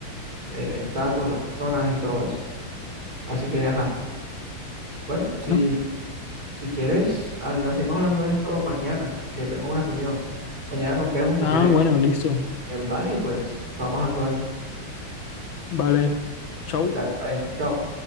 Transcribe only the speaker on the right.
el, el trato, las personas y todo eso. Así que, ajá, bueno, si,
si quieres, habla- seguimos hablando de esto mañana, que tengo una reunión. Mañana nos vemos si
quieres
en
el bar y pues vamos a algo ahí.
Dale, Está bien, chao.